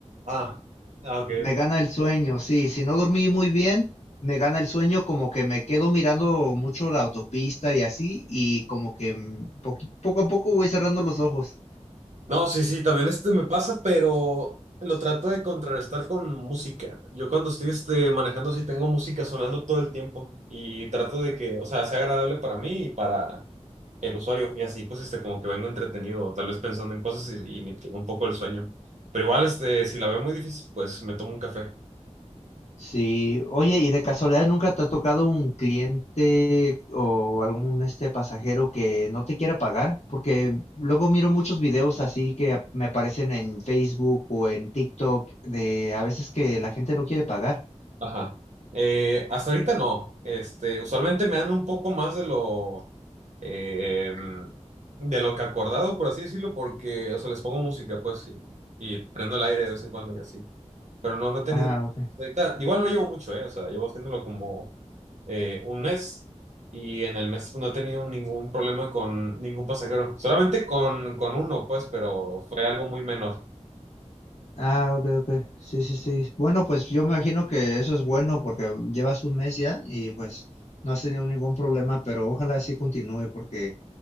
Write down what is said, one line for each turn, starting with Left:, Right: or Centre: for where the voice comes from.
Right: Ah, ah, ok,
Left: Me gana el sueño, sí. Si no dormí muy bien, me gana el sueño como que me quedo mirando mucho la autopista y así, y como que mm, poqui- poco a poco voy cerrando los ojos.
Right: No, sí, sí, también este me pasa, pero lo trato de contrarrestar con música. Yo cuando estoy este, manejando sí tengo música sonando todo el tiempo y trato de que, o sea, sea agradable para mí y para el usuario y así pues este como que vengo entretenido, tal vez pensando en cosas y, y me mitigo un poco el sueño. Pero igual este si la veo muy difícil, pues me tomo un café.
Left: Sí, oye, ¿y de casualidad nunca te ha tocado un cliente o algún este pasajero que no te quiera pagar? Porque luego miro muchos videos así que ap- me aparecen en Facebook o en TikTok de a veces que la gente no quiere pagar.
Right: Ajá. Eh, hasta ahorita no. Este, usualmente me dan un poco más de lo eh, em, de lo que acordado, por así decirlo, porque, o sea, les pongo música, pues, y, y prendo el aire de vez en cuando y así. Pero no, no he tenido.
Left: Ah, ok.
Right: hasta ahorita- igual no llevo mucho, ¿eh? O sea, llevo haciéndolo como eh, un mes y en el mes no he tenido ningún problema con ningún pasajero. Solamente con, con uno, pues, pero fue algo muy menor.
Left: Ah, ok, ok. Sí, sí, sí. Bueno, pues yo me imagino que eso es bueno porque llevas un mes ya y pues no has tenido ningún problema, pero ojalá así continúe porque,